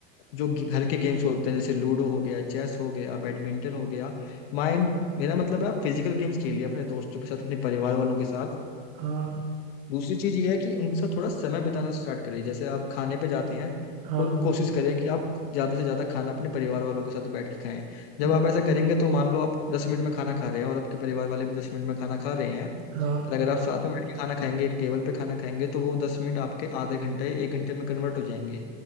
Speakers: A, on the left (about 70°); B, on the right (about 55°).
A: जो गे- घर के गेम्स होते हैं जैसे लूडो हो गया चेस हो गया बैडमिंटन हो गया माइंड मेरा मतलब है आप फिजिकल गेम्स खेलिए अपने दोस्तों के साथ अपने परिवार वालों के साथ
B: हाँ
A: दूसरी चीज ये है कि उनके साथ थोड़ा समय बिताना स्टार्ट करें जैसे आप खाने पे जाते हैं
B: हाँ
A: तो कोशिश करें कि आप ज्यादा से ज्यादा खाना अपने परिवार वालों के साथ बैठ के खाएं जब
B: हम्म,
A: आप ऐसा करेंगे तो मान लो आप दस मिनट में खाना खा रहे हैं और आपके परिवार वाले भी दस मिनट में खाना खा रहे हैं
B: हाँ
A: पर अगर आप साथ में बैठ के खाना खाएंगे एक टेबल पे खाना खाएंगे तो वो दस मिनट आपके आधे घंटे एक घंटे में कन्वर्ट हो जाएंगे